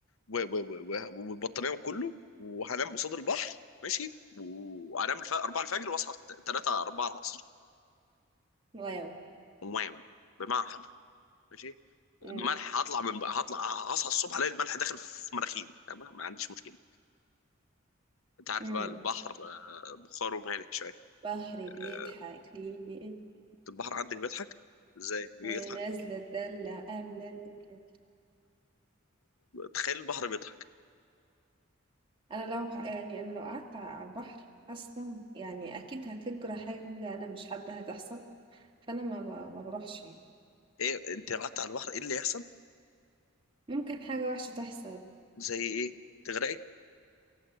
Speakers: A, on the left (about 80°); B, on the right (about 25°).
A: و- و- و- و- والبطانيه وكله وهنام قصاد البحر ماشي و- وهنام الف... 4 الفجر واصحى 3 4 العصر
B: واو
A: واو بمعنى حرفي ماشي
B: مم.
A: الملح هطلع من بقى، هطلع هصحى الصبح الاقي الملح داخل في مناخيري تمام ما عنديش مشكله انت عارف
B: مم.
A: بقى البحر آه، بخاره مالح شويه
B: بحر
A: آه،
B: بيضحك ليه
A: البحر عندك بيضحك ازاي بيضحك
B: ونازلة الدلة آملة الأولى
A: تخيل البحر بيضحك
B: أنا لو يعني أنا لو قعدت على البحر أصلا يعني أكيد هتجرى حاجة أنا مش حابة هتحصل فأنا ما, ب... ما بروحش يعني.
A: ايه انت قعدت على البحر ايه اللي يحصل
B: ممكن حاجة وحشة تحصل
A: زي ايه تغرقي